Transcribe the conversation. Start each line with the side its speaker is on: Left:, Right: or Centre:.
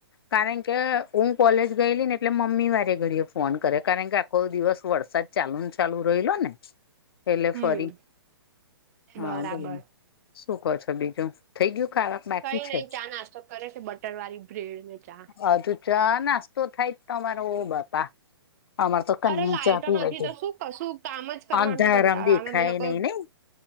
Left: કારણ કે હું કોલેજ ગયેલી ને એટલે મમ્મી વારે ઘડીયે ફોન કરે કારણ કે આખો દિવસ વરસાદ ચાલુ ને ચાલુ રયલો ને એટલે
Right: હમ
Left: ફરી હા
Right: બરાબર
Left: બોલો. શું કો છો બીજું થઈ ગયું ખાવા કે બાકી
Right: કઈ
Left: છે
Right: નય ચા નાસ્તો કરે છે બટર વાળી બ્રેડ ને ચા.
Left: હજુ ચા, નાસ્તો થાય જ તમારે ઓવ બાપા. અમાર તો કન્ની
Right: અરે લાાઈટો
Left: ચા પીવાય
Right: નથી
Left: ગઈ
Right: તો શું કશું કામ જ કરવાનું
Left: અંધારામ
Right: કંટાળો
Left: દેખાય
Right: આવે. અમે લોકો
Left: નઈ ને